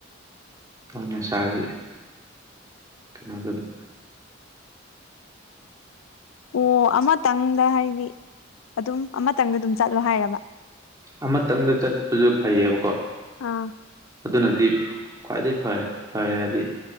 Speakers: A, on the right; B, on the left.
A: ꯅꯁꯥꯒꯤ ꯀꯩꯅꯣꯗꯨꯗꯤ꯫
B: ꯑꯣ ꯑꯃꯇꯪꯗ ꯍꯥꯏꯗꯤ ꯑꯗꯨꯝ ꯑꯃꯇꯪꯗ ꯑꯗꯨꯝ ꯆꯠꯂꯣ ꯍꯥꯏꯔꯕ꯫
A: ꯑꯃꯇꯪꯗ ꯆꯠꯄꯖꯨ ꯐꯩꯌꯦꯕꯀꯣ
B: ꯑꯥ
A: ꯑꯗꯨꯅꯗꯤ꯫ ꯈ꯭ꯋꯥꯏꯗꯩ ꯐꯔꯦ ꯐꯔꯦ ꯍꯥꯏꯗꯤ